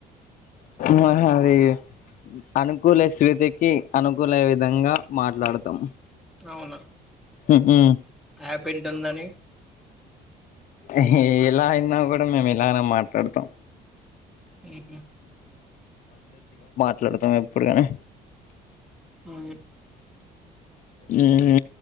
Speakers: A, on the left; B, in the centre.
A: మా హ అది అనుకూల సృతికి అనుకూల విధంగా మాట్లడతాం
B: అవునా
A: ఉహు ఊ
B: అప్ ఇంటుందని
A: ఎ హి ఎలా అయినా గుడ మేము ఇలానే మాట్లడతాం
B: ఏటి
A: మాట్లడతము ఎప్పుడు గని
B: ఉమ్
A: ఉ హు